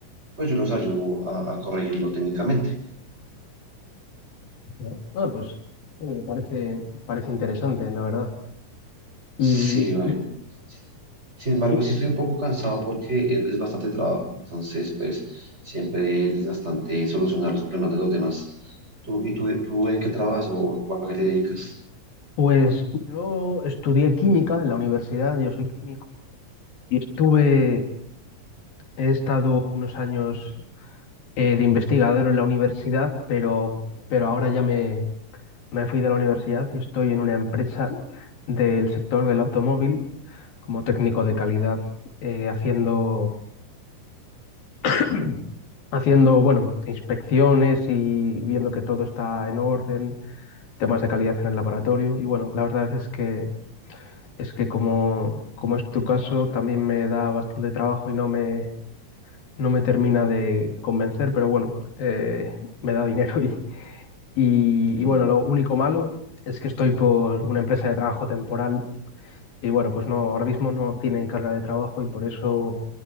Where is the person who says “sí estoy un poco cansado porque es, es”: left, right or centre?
Right